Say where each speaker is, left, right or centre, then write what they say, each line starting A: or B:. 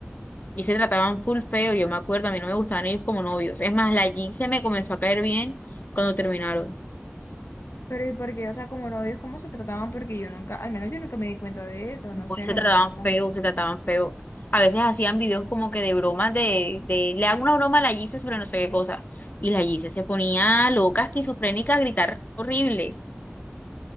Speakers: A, on the left; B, on the left.
A: y se trataban full feo, yo me acuerdo, a mí no me gustaban ellos como novios. Es más, la Jean se me comenzó a caer bien cuando terminaron.
B: Pero ¿y por qué? O sea, como novios, ¿cómo se trataban? Porque yo nunca, al menos yo nunca me di cuenta de eso, no
A: Pues
B: sé,
A: se
B: no
A: trataban
B: veía.
A: feo, se trataban feo. A veces hacían videos como que de bromas de, de le hago una broma a la Jean sobre no sé qué cosa. Y la Gise se ponía loca, esquizofrénica, a gritar horrible.